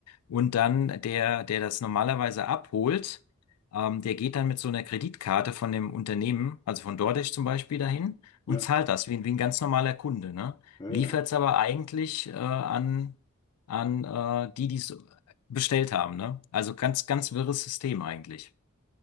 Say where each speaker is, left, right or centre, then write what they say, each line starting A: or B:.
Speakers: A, on the left (about 85°); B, on the left (about 20°).
A: und dann der, der das normalerweise abholt, ähm, der geht dann mit so einer Kreditkarte von dem Unternehmen, also von DoorDash zum Beispiel, dahin
B: Ja,
A: und zahlt das wie, ein- wie ein ganz normaler Kunde, ne?
B: ja,
A: Liefert
B: ja.
A: es aber eigentlich äh, an, an äh, die, die es bestellt haben, ne? Also ganz, ganz wirres System eigentlich.